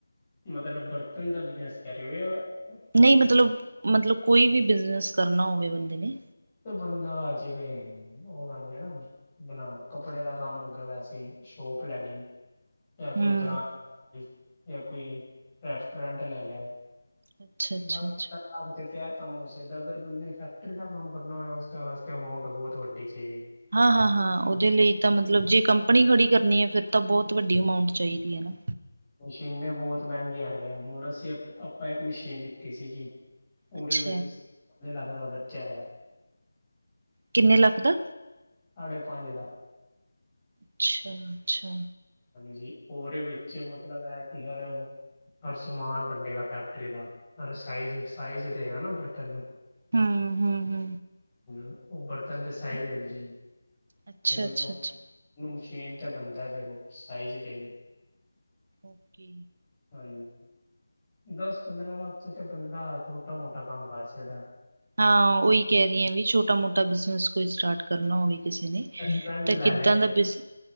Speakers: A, on the left (about 20°); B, on the right (about 35°).
A: ਮਤਲਬ ਬਰਤਨ ਦਾ ਬਿਜਨਸ ਕੇਹ ਰਏ ਹੋ? ਯਾ
B: ਨਈ, ਮਤਲਬ-ਮਤਲਬ ਕੋਈ ਵੀ ਬਿਜਨਸ ਕਰਨਾ ਹੋਵੇ ਬੰਦੇ ਨੇ।
A: ਤੇ ਬੰਦਾ ਜਿਵੇਂ, ਔਹ ਕਰ ਲੇ ਨਾ ਬਣਾ, ਕੱਪੜੇ ਦਾ ਕੰਮ ਹੋ ਗਿਆ ਵੈਸੇ ਈ, ਸ਼ੋਪ ਲੈ ਲਈ। ਜਾਂ ਕੋਈ
B: ਹੂੰ
A: ਬ੍ਰਾਂਚ ਲੈ ਲੀ, ਯਾ ਕੋਈ ਰੈਸਟੋਰੈਂਟ ਲੈ ਲਿਆ।
B: ਅੱਛਾ ਅੱਛਾ
A: <unintelligible>
B: ਅੱਛਾ
A: <unintelligible> ਏਹ ਕੰਮ ਹੋ ਸਕਦਾ, ਅਗਰ ਬੰਦੇ ਫੈਕਟਰੀ ਦਾ ਕੰਮ ਕਰਨਾ ਹੋਵੇ, ਉਸਦੇ ਵਾਸਤੇ ਅਮਾਊਂਟ ਬਹੁਤ ਵੱਡੀ ਚਾਹੀਦੀ।
B: ਹਾਂ-ਹਾਂ-ਹਾਂ, ਉਹਦੇ ਲਈ ਤਾਂ ਮਤਲਬ, ਜੇ ਕੰਪਨੀ ਖੜੀ ਕਰਨੀ ਏ, ਫਿਰ ਤਾਂ ਬਹੁਤ ਵੱਡੀ ਅਮਾਊਂਟ ਚਾਹੀਦੀ ਏ ਨਾ।
A: ਮਸ਼ੀਨੇ ਬੋਤ ਮਹਿੰਗੀ ਆ ਗਿਆ, ਹੁਣ ਅਸੀਂ ਥ ਅਪਾਂ ਇੱਕ ਮਸ਼ੀਨ ਲਿੱਤੀ ਸੀਗੀ। ਉਰੇ
B: ਅੱਛਾ
A: ਵਿੱਚ, ਪੰਜ ਲੱਖ ਦਾ ਖਰਚਾ ਹੈਗਾ ਏ।
B: ਕਿੰਨੇ ਲਾਖ ਦਾ?
A: ਸਾਢੇ ਪੰਜ ਦਾ।
B: ਅੱਛਾ-ਅੱਛਾ।
A: ਹਾਂਜੀ, ਔਰੇ ਵਿੱਚ ਮਤਲਬ ਏ ਕਿ ਹਰ ਪਰ ਸਮਾਨ ਬਨੇਗਾ ਫੈਕਟਰੀ ਦਾ, ਪਰ ਏਹ ਸਾਈਜ-ਸਾਈਜ ਦੇਗਾ ਨਾ, ਬਰਤਨ ਨੂੰ।
B: ਹੂੰ-ਹੂੰ-ਹੂੰ।
A: ਹੂੰ, ਔਹ ਬਰਤਨ ਦੇ ਸਾਈਜ ਦਿੰਦੀ,
B: ਅੱਛਾ
A: ਫਿਰ ਉਹਨੂੰ
B: ਅੱਛਾ
A: ਉਹਨੂੰ
B: ਅੱਛਾ
A: ਮਸ਼ੀਨ ਤੇ ਬਣਦਾ ਫਿਰ ਉਹ, ਸਾਈਜ਼ ਦੇ ਗਏ।
B: ਓਕੇ।
A: ਹਾਂਜੀ, ਦਸ, ਪੰਦਰਾਂ ਲੱਖ ਚ ਤੇ ਬੰਦਾ, ਛੋਟਾ ਮੋਟਾ ਕੰਮ ਕਰ ਸਕਦਾ ਏ।
B: ਹਾਂ, ਉਹੀ ਕਹਿ ਰਈ ਆ, ਵੀ ਛੋਟਾ ਮੋਟਾ ਬਿਜਨਸ ਕੋਈ ਸਟਾਰਟ ਕਰਨਾ ਹੋਵੇ ਕਿਸੇ ਨੇ?
A: <unintelligible> ਫਰੈਂਟ
B: ਤਾਂ
A: ਲੈ
B: ਕਿੱਦਾਂ
A: ਲਏ ਪੇਪਰ,
B: ਦਾ ਬਿਜ